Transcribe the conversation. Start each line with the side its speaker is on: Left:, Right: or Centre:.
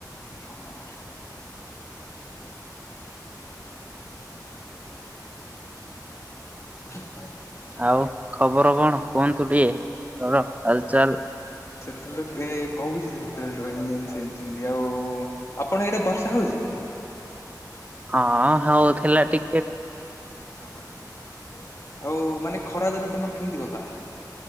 Left: ହଁ। ଆଉ କୋଉ ସ
Right: ଆଉ ଖବର କଣ କୁହନ୍ତୁ ଟିକେ ଘରର ହାଲଚାଲ?
Left: ସେତେବେଳଠୁ ଏ କୋହୁଚି ସେତେବେଳଠୁ ଏମତି ଏମତି ସେମତି ସେମତି ଆଉ ଆପଣ ଇଆଡେ ବର୍ଷା ହୋଉଚି କି?
Right: ହଁ ହେଉଥିଲା ଟି
Left: ଆଉ ମାନେ ଖରା ଦିନ ତମର କେମିତି ଗଲା?